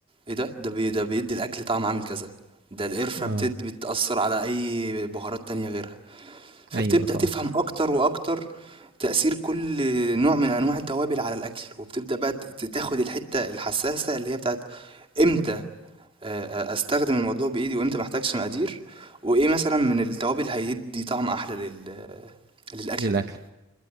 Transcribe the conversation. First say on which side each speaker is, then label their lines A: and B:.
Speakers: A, on the right; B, on the right.
A: ايه ده ده بي ده بيدي الاكل طعم عامل كذا ده القرفه
B: اه
A: بتد بتاثر على اي بهارات تانية غيرها فبتبدا
B: ايوه طبعا
A: تفهم اكتر واكتر تأثير كل نوع من أنواع التوابل على الأكل، وبتبدأ بقى ت ت تاخد الحتّة الحسّاسة اللي هي بتاعة إمتى آآ أستخدم الموضوع بإيدي وإمتى ما أحتاجش مقادير، وإيه مثلًا من التوابل هيدّي طعم أحلى لل للأكلة
B: للاكل
A: دي.